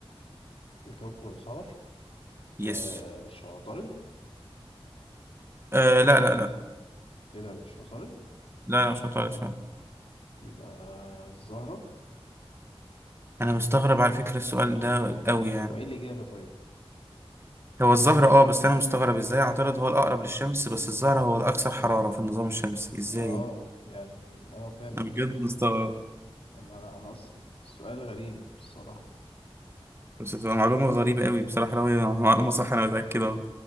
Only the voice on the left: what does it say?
الكوكب الحار
آه مش عطارد
إيه ده مش عطارد
يبقى الزهرة
هو إيه الإجابة طيب؟
آه يعني آه فعلا
أما أنا أنا أصلا سؤال غريب الصراحة